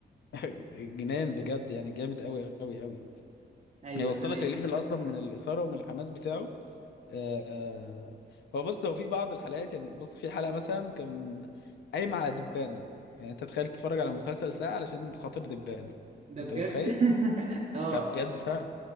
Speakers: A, on the left; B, on the right.
A: <laughs> جنان بجد يعني جامد قوي قوي قوي
B: ايوه
A: هيوصلك
B: تمام
A: لليفل أصلا من الإثارة ومن الحماس بتاعه آه، آه. هو بص هو في بعض الحلقات يعني بص في حلقة مثلا كان قايمة على دبانة يعني انت تخيل تتفرج على مسلسل ساعة علشان خاطر دبانة
B: ده
A: انت
B: بجد
A: متخيل؟
B: <laughs> اه
A: ده بجد فعلا